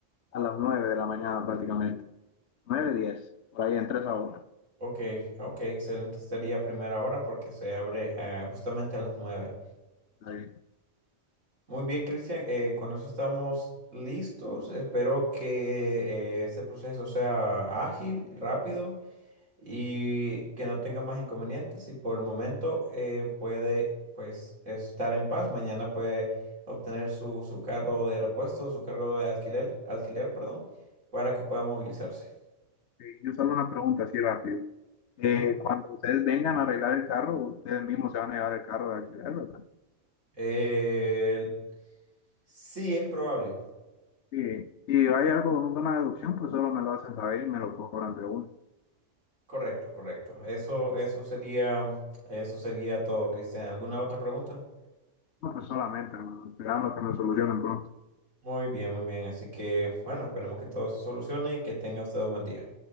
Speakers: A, on the left; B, on the right.
A: a las 9 de la mañana prácticamente. nueve diez por ahí entre 3 horas.
B: Ok, ok, excelente. Estaría a primera hora porque se abre eh, justamente a las nueve.
A: Está bien.
B: Muy bien, Cristian, eh, con eso estamos listos. Espero que eh, este proceso sea ágil y rápido y que no tenga más inconvenientes. Y por el momento eh, puede pues estar en paz. Mañana puede obtener su, su carro de repuesto, su cargo de alquiler, alquiler, perdón, para que pueda movilizarse.
A: Eh, Yo solo una pregunta así rápido. Eh,
B: Ujú.
A: cuando ustedes vengan a arreglar el carro, ustedes mismos se van a llevar el carro de alquiler, ¿verdad?
B: Eh, sí, es probable.
A: Sí. Si hay algo, una deducción, pues solo me lo hacen saber y me lo cobran de uno.
B: Correcto, correcto. Eso, eso sería, eso sería todo, Cristian. ¿Alguna otra pregunta?
A: No, pues solamente, hermano, esperando que me solucionen pronto.
B: Muy bien, muy bien. Así que, bueno, esperemos que todo se solucione y que tenga usted un buen día.